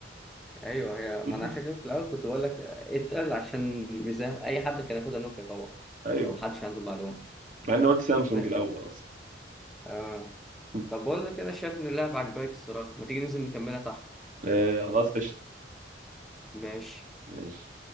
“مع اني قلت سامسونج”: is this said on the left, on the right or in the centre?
Right